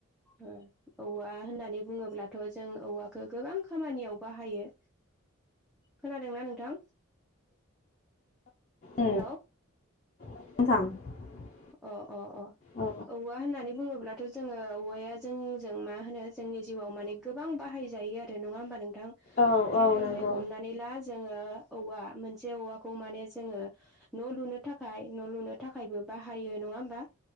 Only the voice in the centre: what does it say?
ओ औवा होननानै बुङोब्लाथ' जों औवाखौ गोबां खामानियाव बाहायो। खोनादोंना नोंथां
हेलौ
अ अ अ
औवा होननानै बुङोब्लाथ' जोङो औवाया जोंजों मा होनो जोंनि जिउआव माने गोबां बाहायजायो आरो नङा होमबा नों थां
जेरै
हमनानै ला जोङो औवा मोनसे औवाखौ माने जोङो न' लुनो थाखाय न' लुनो थाखायबो बाह हायो नङा होमबा